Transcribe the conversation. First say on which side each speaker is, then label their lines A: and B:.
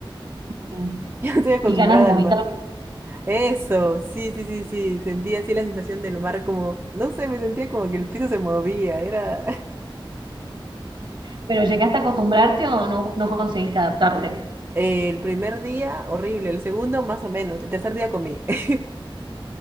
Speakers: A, on the right (about 60°); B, on the right (about 25°).
A: Y
B: <laughs> Yo estoy acostumbrada
A: y ganas de vomitar,
B: al mar. Eso, sí, sí, sí, sí. Sentía así la sensación del mar como, no sé, me sentía como que el piso se movía. Era <laughs>
A: pero ¿llegaste a acostumbrarte o no, no conseguiste adaptarte?
B: el primer día horrible, el segundo más o menos, el tercer día comí. <laughs>